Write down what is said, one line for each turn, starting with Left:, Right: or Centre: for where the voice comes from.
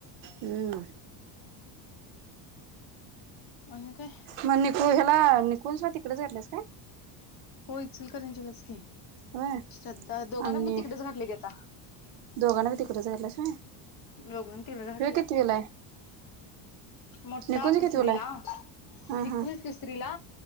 Right: हम्म.
Left: आणि काय?
Right: मग निकू ह्याला निकूलचा तिकडे झाल्यास काय?
Left: हो इचल करंचीलाच की
Right: होय
Left: श्रद्धा दोघांना
Right: आणि
Left: मग तिकडेच घातले गेता.
Right: दोघांना बी तिकडं झाल्यास वय
Left: दोघांना तिकडे घातल्या
Right: हे कितीविला आहे?
Left: मोठा
Right: निकुंज
Left: तिसरी
Right: कितवीला आहे?
Left: ला
Right: हा
Left: विकू
Right: हा
Left: आहे तिसरी ला